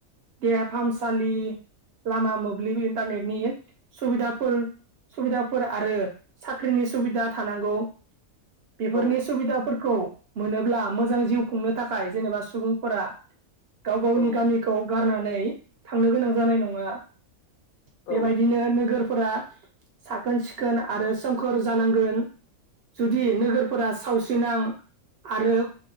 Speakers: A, on the right (about 60°); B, on the left (about 80°).
A: देहा फाहामसालि लामा मोब्लिब इन्टारनेटनि सुबिदाफोर सुबिदाफोर आरो साख्रिनि सुबिदा थानांगौ बेफोरनि
B: औ
A: सुबिदाफोरखौ मोनोब्ला मोजां जिउ खुंनो थाखाय जेनेबा सुबुंफोरा गाव गावनि
B: औ
A: गामिखौ गा खानानै थांनो गोनां जानाय नङा
B: औ
A: बेबायदिनो नोगोर फोरा साखोन सिखोन आरो सोमखोर जानांगोन जुदि नोगोरफोरा सावस्रिनां आरो